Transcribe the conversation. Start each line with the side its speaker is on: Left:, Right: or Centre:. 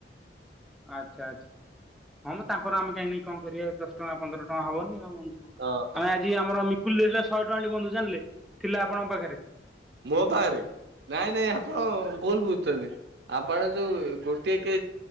Centre: ଆଛା ଆଚ୍ ହଁମ ତାଙ୍କର ଆମେ କାହିଁ ନେଇ କଁ କରିବା ଦଶ ଟଙ୍କା ପନ୍ଦର ଟଙ୍କା ହବନି ଆଉ।
Right: ହଁ
Centre: ଆ ଆଜି ଆମର ମିକୁଲ ଦେଇଲ ଶହେ ଟଙ୍କାଟି ବନ୍ଧୁ ଜାନଲେ ଥିଲା ଆପଣଙ୍କ ପାଖରେ।
Right: ମୋ ପାରେ? ନାଇଁ ନାଇଁ ଆପଣ ଭୁଲ ବୁଝଚନ୍ତି ଆପଣ ଯୋଉ ଗୋଟେ କେଚ୍